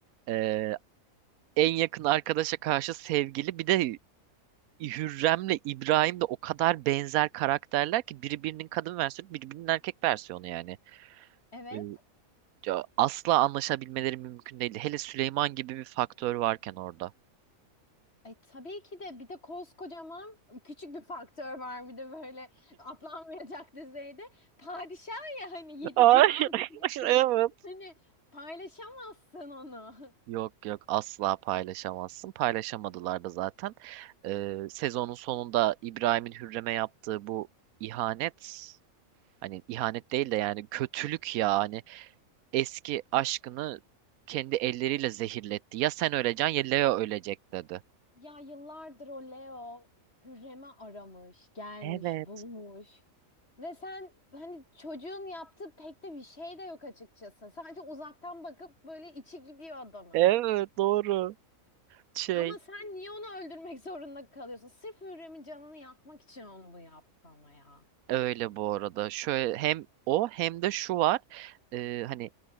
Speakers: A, on the right (about 85°); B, on the left (about 50°).
A: e, en yakın arkadaşa karşı sevgili bir de Hürrem'le İbrahim de o kadar benzer karakterler ki biri birinin kadın versiyonu biri birinin erkek versiyonu yani.
B: Evet.
A: E, ya asla anlaşabilmeleri mümkün değil. Hele Süleyman gibi bir faktör varken orada.
B: E, tabii ki de bir de koskocaman küçük bir faktör var bir de böyle atlanmayacak düzeyde. Padişah ya hani yedi
A: Ay,
B: cihan
A: <laughs>
B: diyor.
A: evet.
B: <laughs> Hani paylaşamazsın onu.
A: Yok yok asla paylaşamazsın. Paylaşamadılar da zaten. Ee, sezonun sonunda İbrahim'in Hürrem'e yaptığı bu ihanet hani ihanet değil de yani kötülük ya hani eski aşkını kendi elleriyle zehirletti. Ya sen öleceksin ya Leo ölecek dedi.
B: Ya yıllardır o Leo Hürrem'i aramış, gelmiş,
A: Evet.
B: bulmuş. Ve sen hani çocuğun yaptığı pek de bir şey de yok açıkçası. Sadece uzaktan bakıp böyle içi gidiyor adamın.
A: Evet doğru. Şey
B: Ama sen niye onu öldürmek <laughs> zorunda kalıyorsun? Sırf Hürrem'in canını yakmak için onu bu yaptı ama ya.
A: öyle bu arada. Şöyle hem o hem de şu var. Ee, hani